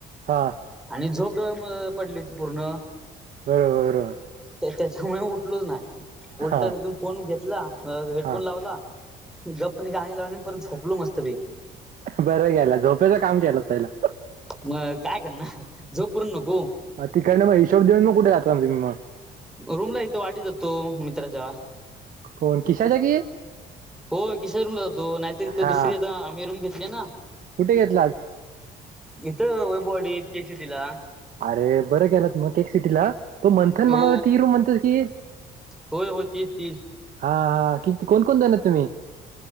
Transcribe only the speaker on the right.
हा
बर!
हा
हा
बरं केला झोपेचं काम केलंच पहिला
तिका ना म हिशब देन मगुठे जातणार ना तम्हीग
कोण, किशाच्या की?
हा
कुठे घेतलात
अरे बरं केलात मग केक सिटीला तो मंथन
मला ती रूम म्हणत की
हा हा, किती कोण कोण जाणत तुम्ही?